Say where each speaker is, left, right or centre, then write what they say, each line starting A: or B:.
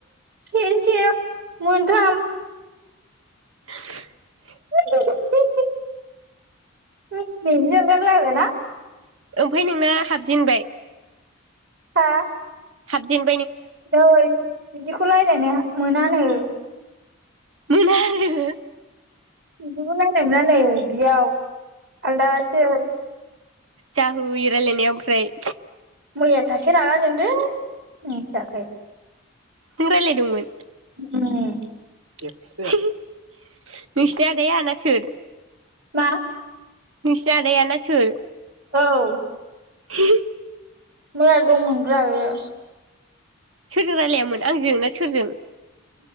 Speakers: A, on the right (about 55°); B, on the right (about 75°).
A: से से मोनथाम
B: <inaudible>
A: <unintelligible> <unintelligible> सोंगार लायबायना?
B: ओमफाय नोंना हाबजेनबाय?
A: हा?
B: हाबजेन
A: दै बिदिखौ लाइ नोहा मोनानो
B: मोना आरो
A: बिदिखौ रायलाय मोनानो। बेयाव आलदासो
B: जा होयो रायलायनाया ओमफ्राय
A: मैया सासे रागा जोंदों मिथियाखै
B: नों रायलायदोंमोन?
A: उम
B: <unintelligible> नोंसिनि आदाया ना सोर?
A: मा?
B: नोंसिनि आदाया ना सोर?
A: औ
B: <inaudible>
A: मैया दंमोन ब्रा बियो।
B: सोरजों रायलायामोन आंजों ना सोरजों?